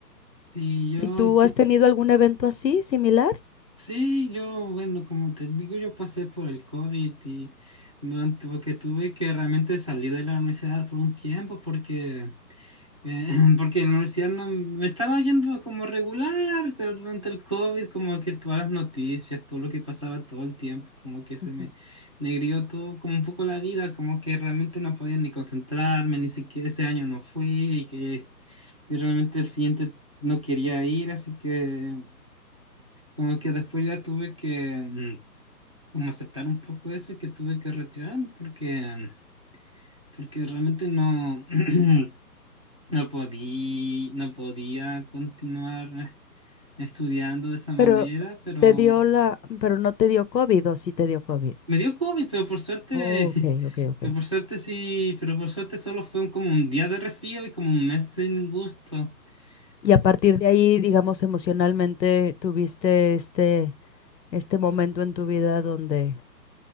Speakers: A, on the right; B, on the left.
A: Y yo
B: ¿Y tú
A: enti-
B: has tenido algún evento así, similar?
A: Sí, yo, bueno, como te digo, yo pasé por el COVID y durante, porque tuve que realmente salir de la universidad por un tiempo porque, eh, <laughs> porque en la universidad no, me estaba yendo como regular, pero durante el COVID como que todas las noticias, todo lo que pasaba todo el tiempo, como que se
B: Ujú.
A: me negrió todo, como un poco la vida, como que realmente no podía ni concentrarme, ni siquiera ese año no fui y que y realmente el siguiente no quería ir, así que... Como que después ya tuve que mm, como aceptar un poco eso y que tuve que retirarme porque, porque realmente no, <clears throat> no podí, no podía continuar estudiando de esa manera,
B: Pero
A: pero
B: te dio la, pero no te dio COVID o sí te dio COVID.
A: me dio COVID, pero por suerte,
B: Oh, ok, ok,
A: <laughs>
B: ok.
A: pero por suerte sí, pero por suerte solo fue un- como un día de resfrío y como un mes sin gusto.
B: Y a
A: As-
B: partir de ahí, digamos, emocionalmente tuviste este, este momento en tu vida donde